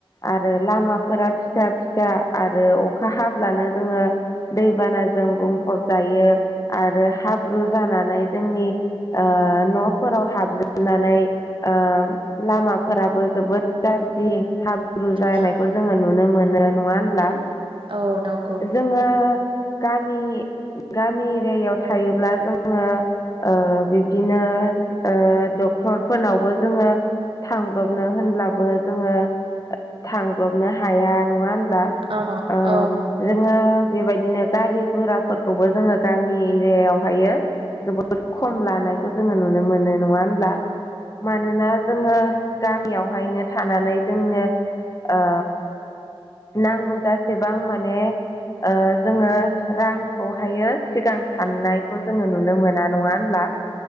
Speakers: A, on the left; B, on the right.
A: आरो लामाफोरा फिसा फिसा आरो अखा हाब्लानो जोङो दैबानाजों बुंफब जायो आरो हाब्रु जानानै जोंनि ओ न'फोराव हाबजोबनानै ओ लामाफोराबो जोबोद गा रजि हाब ब्रु जानायखौ
B: औ
A: जोङो नुनो मोनो नङा होनब्ला?
B: औ नंगौ
A: जोङो गामि गामि एरियायाव थायोब्ला जोङो ओ बिब्दिनो ओ डक्टरफोरनावबो जोङो थांब्रबनो होनब्लाबो जोङो थांब्रबनो हाया नङा होन ब्ला
B: औ
A: ओ
B: औ
A: जोङो बेबायदिनो गारि गुराफोरखौबो जोङो गामि एरियायावहायो जोबोद खम लानायखौ जोङो नुनो मोनो नङा होनब्ला? मानोना जोङो गामियावहायनो थानानै जोंनो ओ नांगौ जासेबां माने ओ जोङो रांखौहायो सिगां साननायखौ जोङो नुनो मोना नङा होनब्ला?